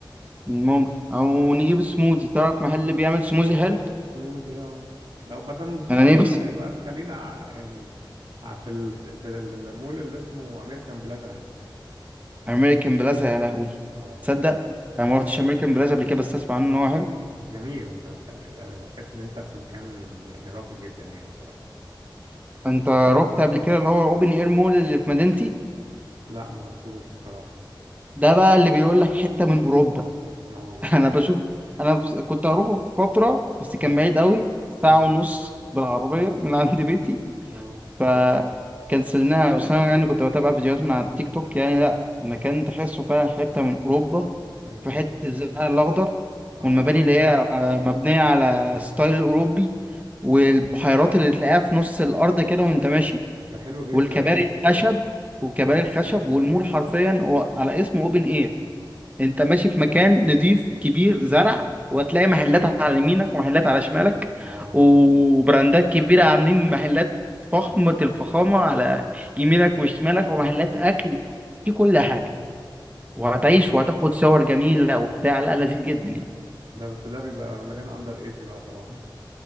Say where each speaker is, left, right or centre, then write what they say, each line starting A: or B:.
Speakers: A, on the right (about 20°); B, on the right (about 80°).
A: ممكن او نجيب سموزي تعرف محل اللي بيعمل سموزي
B: أوه
A: حلو
B: سموزي اه لو ما دام سموزي
A: انا نفسي
B: بقى يبقى خلينا ع- يعني ع- في ال... في المول اللي اسمه أمريكان بلازا هناك
A: امريكان بلازا يا لهوي
B: اه
A: تصدق انا ما رحتش امريكان بلازا قبل كده بس اسمع عنه ان هو حلو
B: جميل بصراحة يعني هتحس إن أنت في مكان يعني راقي جدا يعني بصراحة
A: انت رحت قبل كده اللي هو الاوبن اير مول اللي في مدينتي
B: لا ما رحتوش بصراحة
A: ده بقى اللي بيقول لك حته من اوروبا
B: لا والله
A: <laughs> انا بشوف انا بس- كنت هروحه في فتره بس كان
B: اه
A: بعيد قوي ساعه
B: مم.
A: ونص بالعربيه من عند
B: اه
A: بيتي
B: آه.
A: فكنسلناها بس انا يعني كنت بتابع فيديوهات من على التيك توك يعني لا المكان تحسه فعلا حته من اوروبا
B: أيوه
A: في حته الزرع الاخضر
B: اه
A: والمباني اللي هي آه، مبنية على ستايل أوروبي والبحيرات اللي تلاقيها في نص الأرض كده وأنت ماشي
B: ده حلو جدا
A: والكباري
B: ده
A: الخشب والكباري الخشب والمول حرفيا هو على اسمه أوبن إير أنت ماشي في مكان نضيف كبير زرع وهتلاقي محلات على يمينك ومحلات على شمالك
B: واو
A: وبراندات كبيرة عاملين محلات فخمة الفخامة على يمينك وشمالك ومحلات أكل في كل حاجة وهتعيش
B: ايوه رائع
A: وهتاخد صور جميلة وبتاع لا لذيذ جدا يعني
B: ده بس ده بيبقى مليان اندر ايدج بقى طبعا